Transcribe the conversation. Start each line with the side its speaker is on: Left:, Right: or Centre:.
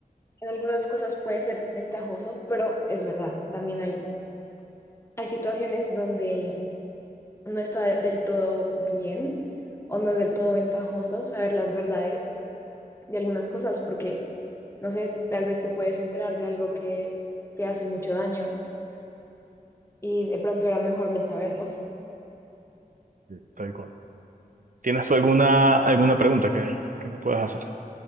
Left: En algunas cosas puede ser ventajoso, pero es verdad, también hay, hay situaciones donde no está del todo bien o no es del todo ventajoso saber las verdades de algunas cosas, porque, no sé, tal vez te puedes enterar de algo que te hace mucho daño y de pronto era mejor no saberlo.
Right: Sí. Tal cual. ¿Tienes tú alguna, alguna pregunta que, que me puedas hacer?